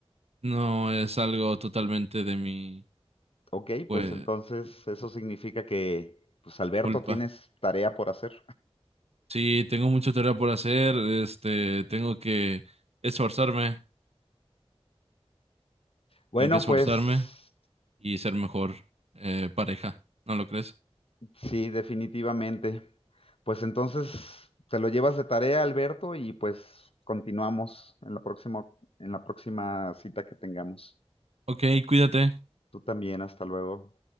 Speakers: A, on the right; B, on the left.
A: No es algo totalmente de mi,
B: Ok,
A: pues,
B: pues entonces eso significa que, pues Alberto,
A: culpa.
B: tienes tarea por hacer.
A: Sí, tengo mucha tarea por hacer, este, tengo que esforzarme,
B: Bueno,
A: tengo que esforzarme
B: pues
A: y ser mejor eh, pareja, ¿no lo crees?
B: Sí, definitivamente. Pues entonces te lo llevas de tarea, Alberto, y pues continuamos en la próxima, en la próxima cita que tengamos.
A: Ok, cuídate.
B: Tú también, hasta luego.